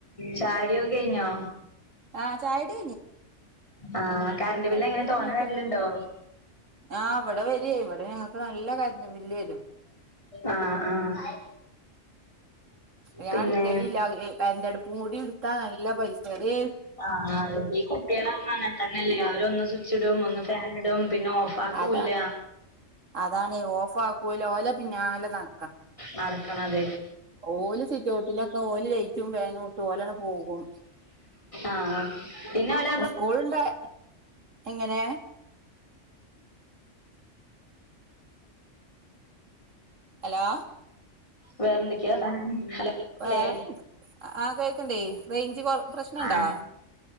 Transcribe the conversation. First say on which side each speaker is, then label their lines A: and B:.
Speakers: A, on the left; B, on the right.
A: ചായ കുടി ഒക്കെ കഴിഞ്ഞോ
B: ആഹ് ചായ കുടി
A: ആഹ് കറണ്ട് ബില്ല് എങ്ങനെ
B: കഴിഞ്ഞ്
A: തോനെ വരലുണ്ടോ
B: ആ ഇവിടെ വരി ഇവിടെ ഇവിടെ നല്ല കറണ്ട് ബില്ല് വരും
A: ആഹ് ആഹ്
B: ഞാൻ
A: പിന്നെ
B: അടുക്കലെ ഇല്ല എന്റെ അടുപ്പും മൂടി എടുത്താ നല്ല പൈസല്ല
A: ആ ഈ കുട്ടികള് അമ്മ അങ്ങനെ തന്നെയല്ലേ അവര് ഒന്ന് സ്വിച്ച് ഇടും ഒന്ന് ഫാൻ ഇടും പിന്നെ ഓഫ് ആക്കൂല്ല
B: അതാണ് അതാണ് ഓഫ് ആകൂല ഓല പിന്നാലെ നട
A: നടക്കണത്
B: ഓല് സിറ്റൗട്ടിലൊക്കെ ഓല് ലൈറ്റും ഫേനുമിട്ട് ഓലങ്ങ് പോകും
A: ആഹ് ആഹ് പിന്നെ വല്ല
B: <unintelligible> എങ്ങനെ ഹലോ
A: വേറെ എന്തൊക്കയാ വർത്താനം
B: വേറെന്ത്
A: അല്ലേ
B: ആ കേൾക്കണ്ടേ റേഞ്ച് കൊ പ്രശ്നണ്ടോ
A: ആഹ്